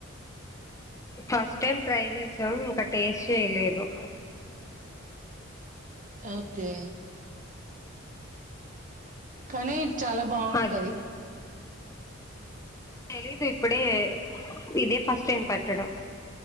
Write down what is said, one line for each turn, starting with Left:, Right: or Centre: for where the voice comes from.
Left: ఫస్ట్ టైం ట్రై చేసాం ఇంకా టేస్ట్ చేయలేదు
Right: ఓకే కానీ చాలా బాగుంటది
Left: అది తెలీదు ఇప్పుడే ఇదే ఫస్ట్ టైం పెట్టడం